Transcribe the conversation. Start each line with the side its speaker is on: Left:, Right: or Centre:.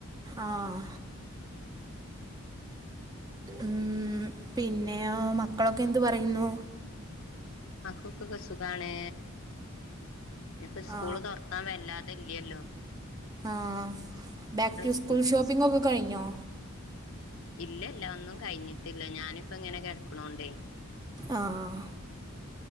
Right: ആഹ് ഉം പിന്നെയൊ മക്കളൊക്കെ എന്ത് പറയുന്നു
Left: മക്കക്കൊക്കെ സുഖാണ് നിപ്പം സ്കൂള്
Right: ആ
Left: തൊറക്കാൻ വല്ലാ ത്തെ ല്ല്യല്ലോ
Right: ആഹ് ബാക്ക്യൂറ്റു
Left: സ്കൂ
Right: സ്കൂൾ ഷോപ്പിംഗൊക്കെ കഴിഞ്ഞോ
Left: ഇല്ല ഇല്ല ഒന്നും കഴിഞ്ഞിട്ടില്ല ഞാനിപ്പങ്ങനെ കിടക്ക്ണോണ്ടേ
Right: ആഹ്